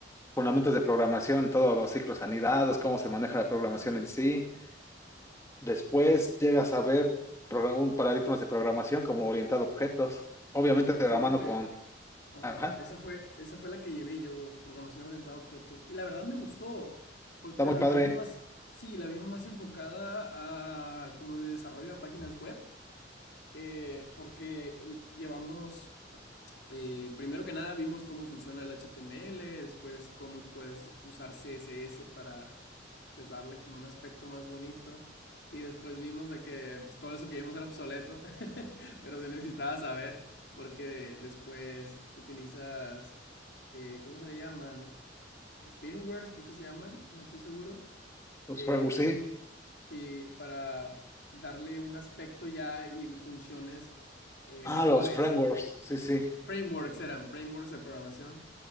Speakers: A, on the left; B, on the left.
A: fundamentos de programación, todos los ciclos anidados, cómo se maneja la programación en sí. Después llegas a ver progra- un paradigmas de programación como orientado a objetos, obviamente de
B: Fíjate,
A: la mano con...
B: ajá,
A: Ajá,
B: esa fue, esa fue la que llevé yo, programación orientada a objetos. Y la verdad me gustó, por-
A: está
B: pero
A: muy padre.
B: la vimos más, sí, la vimos más enfocada a como de desarrollo de páginas web, eh, porque l- llevamos eh, primero que nada vimos cómo funciona el HTML, después cómo puedes usar CSS para pues darle como un aspecto más bonito y después vimos de que pues, todo eso que vimos era obsoleto, <laughs> pero se necesitaba saber porque después utilizas, eh, ¿cómo se le llaman? Eh, firmwares creo que se llaman, no estoy seguro.
A: Los
B: Eh,
A: frameworks, sí.
B: sí, para darle un aspecto ya y funciones eh,
A: Ah,
B: mejores.
A: los frameworks, sí, sí.
B: Frameworks eran, frameworks de programación